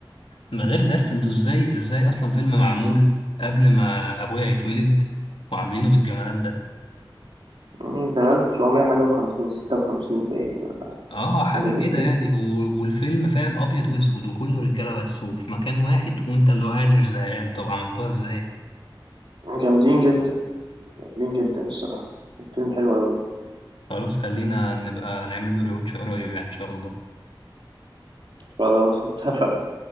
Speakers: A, on the left; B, on the right.
A: من غير درس انتوا ازاي ازاي اصلا فيلم معمول قبل ما ابويا يتولد وعاملينه بالجمدان ده
B: مم، كان 1900 حاجة وخمسين ستة وخمسين باين
A: اه حاجه
B: حاجة زي
A: كده
B: كده
A: يعني و- والفيلم فاهم ابيض واسود وكله رجاله بس وفي مكان واحد وانت اللي هو قاعد مش زهقان طب عملتوها ازاي
B: جامدين جدا جامدين جدا الصراحة الفيلم حلو أوي
A: خلاص خلينا نبقى نعمل له ريوتش قريب يعني ان شاء الله
B: فلو